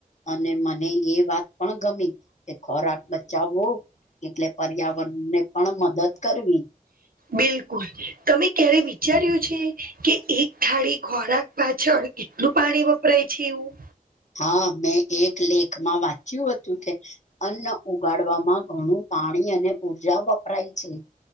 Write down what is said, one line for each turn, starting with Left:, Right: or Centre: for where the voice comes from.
Left: અને મને એ વાત પણ ગમી કે ખોરાક બચાવવો એટલે પર્યાવરણ ને પણ મદદ કરવી.
Right: બિલકુલ તમે ક્યારે વિચાર્યું છે કે એક થાળી ખોરાક પાછળ એટલું પાણી વપરાય છે એવું.
Left: હા મેં એક લેખમાં વાંચ્યું હતું કે અન્ન ઉગાડવામાં ઘણું પાણી ઉર્જા વપરાય છે.